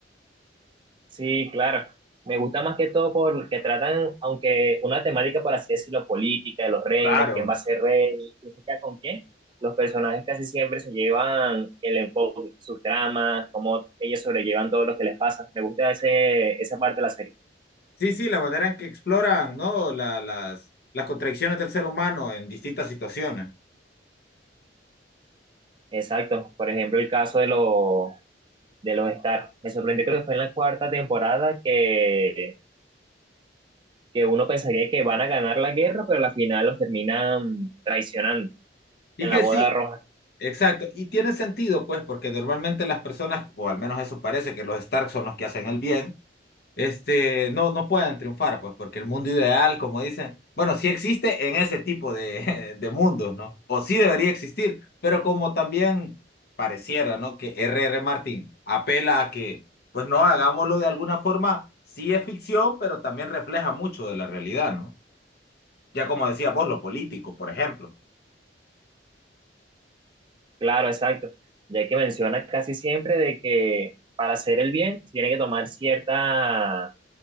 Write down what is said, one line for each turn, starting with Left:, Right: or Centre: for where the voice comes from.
Right: Sí, claro. Me gusta más que todo porque tratan, aunque una temática, por así decirlo, política, de los reinos,
Left: Claro.
Right: quién va a ser rey, quién se queda con quién, los personajes casi siempre se llevan el enfoque, sus tramas, cómo ellos sobrellevan todo lo que les pasa. Me gusta ese, esa parte de la serie.
Left: Sí, sí, la manera en que exploran, ¿no? La- las, las contradicciones del ser humano en distintas situaciones.
Right: Exacto. Por ejemplo, el caso de los, de los Stark. Me sorprendió creo que fue en la cuarta temporada que, que uno pensaría que van a ganar la guerra, pero al final los terminan traicionando
Left: Y
Right: en
Left: es que
Right: la boda
Left: sí,
Right: roja.
Left: Exacto, y tiene sentido, pues, porque normalmente las personas, o al menos eso parece que los Stark son los que hacen el bien, este, no, no pueden triunfar, pues, porque el mundo ideal, como dicen, bueno, sí existe en ese tipo de, <laughs> de mundos, ¿no? O sí debería existir, pero como también pareciera, ¿no? Que R. R. Martin apela a que, pues, no, hagámoslo de alguna forma, sí es ficción, pero también refleja mucho de la realidad, ¿no? Ya como decía vos, lo político, por ejemplo.
Right: Claro, exacto. Ya que mencionas casi siempre de que para hacer el bien se tiene que tomar cierta,